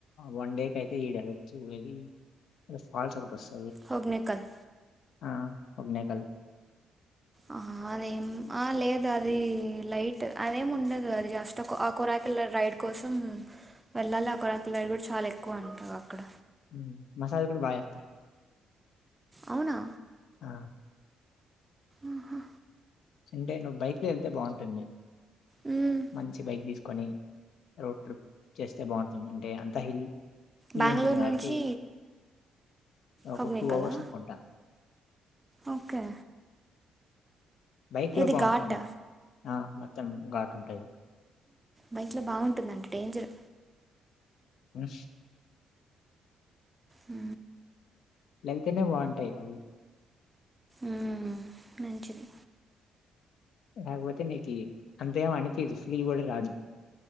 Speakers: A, on the left; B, on the right.
A: వన్ డే కె అయితే ఈడ వెళ్లచ్చు అది <unintelligible> రేపు ఫాల్ ఒకటి వస్తాది,
B: హోగ్నేకల్
A: ఆ హోగ్నేకల్
B: ఆ అదేం ఆ లేదు అది లైట్ అదేం ఉండదు అది జస్ట్ ఆ కొరకిల్ రైడ్ కోసం వెళ్ళాలి ఆ ఒక కోరకల్ రైడ్ కూడా చాలా ఎక్కువ అంటారు, అక్కడ
A: ఉ మసాజ్ కూడా బాగా చేస్తారు
B: అవునా
A: ఆ
B: ఆహా
A: అంటే నువ్వు బైక్ లో వెళ్తే బాగుంటుంది,
B: మ్మ్.
A: మంచి బైక్ తీసుకొని రోడ్ ట్రిప్ చేస్తే బాగుంటుంది అంటే అంత హిల్ ఇల్లు
B: బెంగళూరు
A: ఉంటుంది కాబట్టి
B: నుంచి
A: ఒక
B: హొగ్నేకలా
A: టూ అవర్స్ అనుకుంటా,
B: ఓకే
A: బైక్
B: ఇది
A: లో బాగుంటుంది
B: ఘాట్
A: ఆ మొత్తం ఘాటు ఉంటది,
B: బైక్లో బాగుంటుందంటడి డేంజర్
A: <unintelligible>
B: అ
A: లెతేనే బాగుంటాయి అవి
B: ఆ మంచిది,
A: కాకపోతే నీకు అంతేం అనిపియదు ఫీల్ కూడా రాదు,